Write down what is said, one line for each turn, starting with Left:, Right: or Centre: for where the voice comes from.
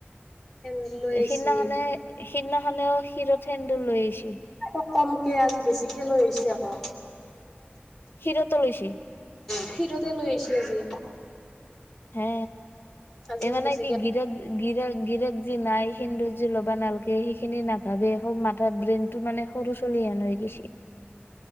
Centre: ফেন লৈ আহিছি,
Left: সিদিনাখনে সিদিনাখনেও শিৰত সেন্দুৰ লৈ আহিছেল।
Centre: আকৌ কমকে আজি বেছিকে লৈ আহিছ আকৌ।
Left: শিৰতো লৈছি
Centre: শিৰতে লৈ আহিছে আজি।
Left: হে
Centre: আজি
Left: এইমানানে
Centre: আৰু বেছিকে
Left: কি শিৰক শিৰত গিৰেক <unintelligible> যি নাই সিন্দুৰ যি ল'বা নালাগে সেইখিনি নাভাবে খব মাথা ব্ৰেইনতটো মানে সৰু ছোৱালী আনাই গৈছে